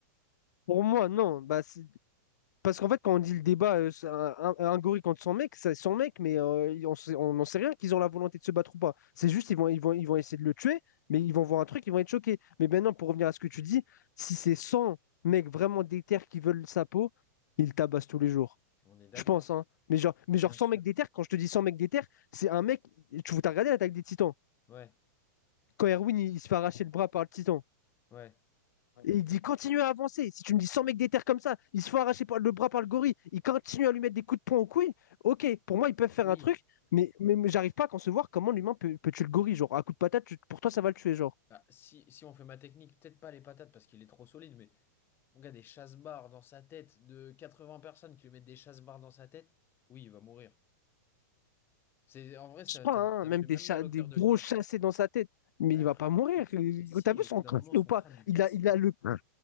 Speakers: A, on the left; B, on the left.
A: Pour moi, non. Bah, c'est- parce qu'en fait, quand on dit le débat, euh, c'est un, un- un gorille contre son mec, c'est son mec, mais euh, on sait- on n'en sait rien qu'ils ont la volonté de se battre ou pas. C'est juste, ils vont, ils vont, ils vont essayer de le tuer, mais ils vont voir un truc, ils vont être choqués. Mais maintenant, pour revenir à ce que tu dis, si c'est 100 mecs vraiment déter qui veulent sa peau, ils tabassent tous les jours.
B: On est d'accord,
A: Je pense, hein. Mais genre, mais
B: bien
A: genre 100
B: sûr.
A: mecs déter, quand je te dis 100 mecs déter, c'est un mec. Tu as regardé l'attaque des Titans.
B: Ouais,
A: Quand Erwin, il, il se fait arracher le bras par le Titan.
B: ouais.
A: Et il dit continue à avancer. Si tu me dis 100 mecs des terres comme ça, ils se font arracher par- le bras par le gorille, ils continuent à lui mettre des coups de poing aux couilles. Ok, pour moi, ils peuvent faire
B: Oui.
A: un truc, mais, mais, mais j'arrive pas à concevoir comment l'humain peut, peut tuer le gorille. Genre, à coup de patate, tu- pour toi, ça va le tuer. Genre,
B: Ah, si, si on fait ma technique, peut-être pas les patates parce qu'il est trop solide, mais on a des chasse-barres dans sa tête de 80 personnes qui lui mettent des chasse-barres dans sa tête, oui, il va mourir. C'est, en vrai, ça,
A: je sais pas,
B: ça,
A: hein,
B: me ça
A: même
B: me fait
A: des,
B: même
A: cha-
B: mal au
A: des
B: cœur
A: gros
B: de le dire.
A: chassés dans sa tête, mais
B: Mais
A: il va
B: frère,
A: pas mourir. Il-
B: mais si,
A: T'as vu
B: au
A: son
B: bout d'un
A: crâne
B: moment, son
A: ou pas?
B: crâne, il
A: Il
B: casse.
A: a, il
B: frère.
A: a le crâne,